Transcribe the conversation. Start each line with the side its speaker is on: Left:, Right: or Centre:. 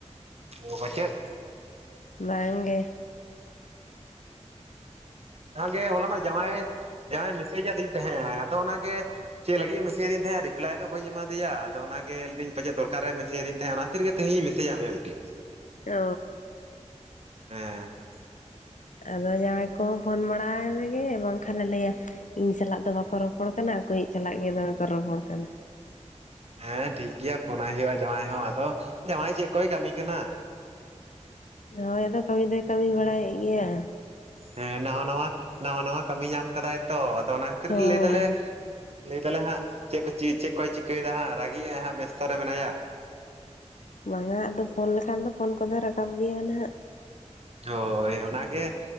Right: ᱚᱻ ᱯᱟᱪᱮᱫ
Left: ᱵᱟᱝᱜᱮ
Right: ᱚᱱᱟᱜᱮ ᱦᱚᱞᱟ ᱢᱟ ᱡᱟᱶᱟᱭ ᱡᱟᱶᱟᱭ ᱢᱮᱥᱮᱡ ᱟᱹᱫᱤᱧ ᱛᱟᱦᱮᱸᱜ ᱟᱭ᱾ ᱟᱫᱚ ᱚᱱᱟᱜᱮ ᱪᱮᱫ ᱞᱟᱹᱜᱤᱫ ᱮᱢ ᱢᱮᱥᱮᱫᱤᱧ ᱛᱟᱦᱮᱸᱜᱼᱟ᱾ ᱨᱤᱯᱞᱟᱭ ᱫᱚ ᱵᱟᱹᱧ ᱮᱢᱟ ᱫᱮᱭᱟ᱾ ᱟᱫᱚ ᱚᱱᱟᱜᱮ ᱞᱟᱹᱭ ᱫᱟᱹᱧ ᱯᱟᱪᱮᱫ ᱫᱚᱨᱠᱟᱨᱮ ᱢᱮᱥᱮᱡ ᱟᱫᱹᱤᱧ ᱛᱟᱦᱮᱸᱜᱼᱟ ᱚᱱ <unintelligible> ᱜᱮ ᱛᱮᱦᱮᱧ ᱢᱮᱥᱮᱡᱟᱜ ᱢᱮᱭᱟ ᱵᱤᱴᱤ
Left: ᱚ
Right: <inaudible>
Left: ᱟᱫᱚ ᱡᱟᱶᱟᱭ ᱠᱚᱦᱚᱸ ᱯᱷᱳᱱ ᱵᱟᱲᱟᱭ ᱢᱮᱜᱮ ᱵᱟᱝᱠᱷᱟᱱ ᱮ ᱞᱟᱹᱭᱟ ᱤᱧ ᱥᱟᱞᱟᱜ ᱫᱚ ᱵᱟᱠᱚ ᱨᱚᱯᱚᱲ ᱠᱟᱱᱟ᱾ ᱟᱠᱟᱹᱭᱤᱡ ᱥᱟᱞᱟᱜ ᱜᱮ ᱫᱚᱢᱮ ᱠᱚ ᱨᱚᱯᱚᱲ ᱠᱟᱱᱟ
Right: ᱦᱮᱸ ᱴᱷᱤᱠ ᱜᱮᱭᱟ ᱯᱷᱳᱱᱟᱭ ᱦᱩᱭᱩᱜᱼᱟ᱾ ᱡᱟᱶᱟᱭ ᱦᱚᱸ ᱟᱫᱚ ᱡᱟᱶᱟᱭ ᱪᱮᱫ ᱠᱚᱭ ᱠᱟᱹᱢᱤ ᱠᱟᱱᱟ᱾
Left: ᱦᱳᱭ ᱟᱫᱚ ᱠᱟᱹᱢᱤ ᱫᱚᱭ ᱠᱟᱹᱢᱤ ᱵᱟᱲᱟᱭ ᱮᱫ ᱜᱮᱭᱟ᱾
Right: ᱦᱮᱸ ᱱᱟᱣᱟ- ᱱᱟᱣᱟ- ᱱᱟᱣᱟ ᱱᱟᱣᱟ ᱠᱟᱹᱢᱤ ᱧᱟᱢ ᱠᱟᱫᱟᱭ ᱛᱚ᱾ ᱟᱫᱚ ᱚᱱᱟ ᱠᱷᱟᱹᱛᱤᱨ
Left: ᱦᱳᱭ
Right: ᱞᱟᱹᱭ ᱫᱟᱞᱮ ᱞᱟᱹᱭ ᱫᱟᱞᱮ ᱦᱟᱸᱜ ᱪᱮᱫ ᱠᱚ ᱪᱮᱫ ᱪᱮᱫ ᱠᱚᱭ ᱪᱤᱠᱟᱹᱭ ᱮᱫᱟ᱾ ᱦᱟᱸᱜ ᱨᱟᱹᱜᱤᱜᱼᱟᱭ ᱦᱟᱸᱜ ᱵᱮᱥᱛᱚ ᱨᱮ ᱢᱮᱱᱟᱭᱟ᱾
Left: ᱵᱟᱝᱟ ᱟᱫᱚ ᱯᱷᱳᱱ ᱞᱮᱠᱷᱟᱱ ᱫᱚ ᱯᱷᱳᱱ ᱠᱚᱫᱚᱭ ᱨᱟᱠᱟᱵ ᱜᱮᱭᱟ ᱱᱟᱦᱟᱜ
Right: ᱦᱳᱭ ᱚᱱᱟ ᱜᱮ